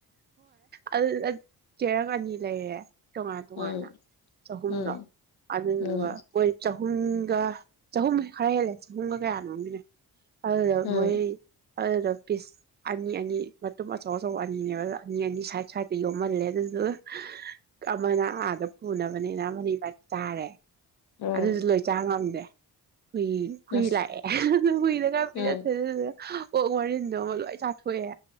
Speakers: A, on the right; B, on the left.
A: ꯑꯗꯨꯗ ꯆꯦꯔꯪ ꯑꯅꯤ ꯂꯩꯔꯦ ꯇꯣꯉꯥꯟ ꯇꯣꯉꯥꯟꯅ
B: ꯎꯝ
A: ꯆꯍꯨꯝꯗꯣ
B: ꯎꯝ
A: ꯑꯗꯨꯗꯨꯒ
B: ꯎꯝ
A: ꯃꯣꯏ ꯆ ꯆꯍꯨꯝꯒ ꯆꯍꯨꯝ ꯈꯔ ꯍꯦꯜꯂꯦ ꯆꯍꯨꯝꯒ ꯀꯌꯥꯅꯣꯝꯒꯤꯅꯦ ꯑꯗꯨꯗꯣ
B: ꯎꯝ
A: ꯃꯣꯏ ꯑꯗꯨꯗ ꯄꯤꯁ ꯑꯅꯤ ꯑꯅꯤ ꯃꯇꯨꯝ ꯑꯆꯧ ꯑꯆꯧꯕ ꯑꯅꯤꯅꯦꯕ ꯑꯗꯨ ꯑꯅꯤ ꯑꯅꯤ ꯁꯥꯏꯠ ꯁꯥꯏꯗꯠꯇ ꯌꯣꯝꯍꯜꯂꯦ ꯑꯗꯨꯒ ꯑꯃꯅ ꯑꯥꯗ ꯄꯨꯅꯕꯅꯤꯅ ꯑꯃꯅ ꯏꯕꯅꯤ ꯆꯥꯔꯦ
B: ꯎꯝ
A: ꯑꯗꯨꯖꯨ ꯂꯣꯏ ꯆꯥ ꯉꯝꯗꯦ ꯍꯨꯏ ꯍꯨꯏ
B: ꯑꯁ
A: ꯂꯥꯛꯑꯦ ꯑꯗꯨ ꯍꯨꯏꯗ ꯈ ꯄꯤꯖꯊꯣꯛꯑꯦ
B: ꯎꯝ
A: ꯑꯗꯨꯗꯨꯒ ꯑꯣꯛ ꯃꯔꯤꯟꯗꯣꯃ ꯂꯣꯏ ꯆꯥꯊꯣꯛꯑꯦ